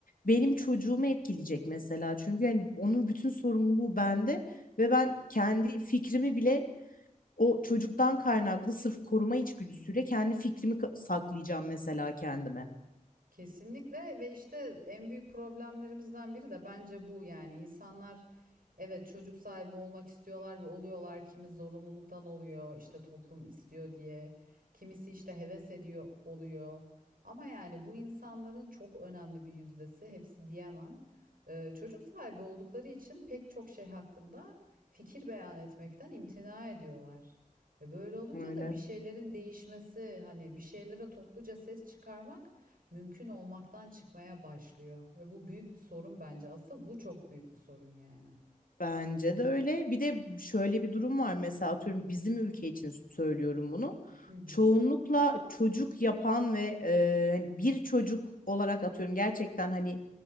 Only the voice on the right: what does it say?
Kesinlikle ve işte en büyük problemlerimizden biri de bence bu yani insanlar evet çocuk sahibi olmak istiyorlar ve oluyorlar kimi zorunluluktan oluyor işte toplum istiyor diye kimisi işte heves ediyor oluyor ama yani bu insanların çok önemli bir yüzdesi hepsi diyemem Ee, çocuk sahibi oldukları için pek çok şey hakkında fikir beyan etmekten imtina ediyorlar. E böyle olunca
da bir şeylerin değişmesi hani bir şeylere topluca ses çıkarmak mümkün olmaktan çıkmaya başlıyor. Ve bu büyük bir sorun bence. Asıl bu çok büyük bir sorun yani.
Hı hı.